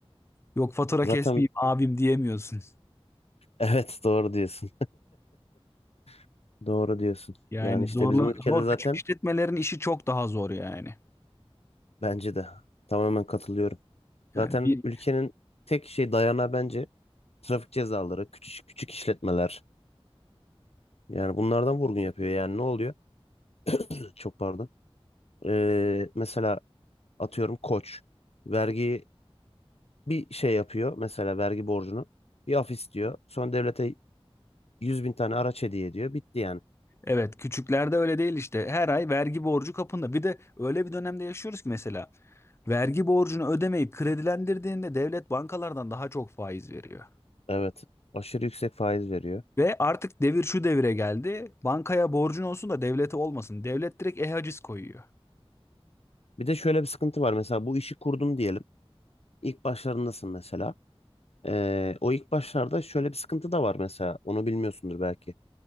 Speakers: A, on the left; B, on the left.
A: Yok fatura
B: Zaten
A: kesmeyeyim abim diyemiyorsun.
B: <laughs> evet doğru diyorsun. <laughs> Doğru diyorsun.
A: Yani
B: Yani işte
A: zorla,
B: bizim ülkede
A: zor
B: zaten
A: küçük işletmelerin işi çok daha zor yani.
B: bence de tamamen katılıyorum.
A: Yani
B: Zaten
A: bir
B: ülkenin tek şey dayanağı bence trafik cezaları, küçük küçük işletmeler. Yani bunlardan vurgun yapıyor. Yani ne oluyor? <clears throat> Çok pardon. Ee, mesela atıyorum Koç vergi bir şey yapıyor. Mesela vergi borcunu bir af istiyor. Sonra devlete yüz bin tane araç hediye ediyor. Bitti yani.
A: evet küçüklerde öyle değil işte. Her ay vergi borcu kapında. Bir de öyle bir dönemde yaşıyoruz ki mesela vergi borcunu ödemeyip kredilendirdiğinde devlet bankalardan daha çok faiz veriyor.
B: Evet. Aşırı yüksek faiz veriyor.
A: Ve artık devir şu devire geldi. Bankaya borcun olsun da devlete olmasın. Devlet direkt e-haciz koyuyor.
B: Bir de şöyle bir sıkıntı var. Mesela bu işi kurdum diyelim. İlk başlarındasın mesela. Ee, o ilk başlarda şöyle bir sıkıntı da var mesela. Onu bilmiyorsundur belki.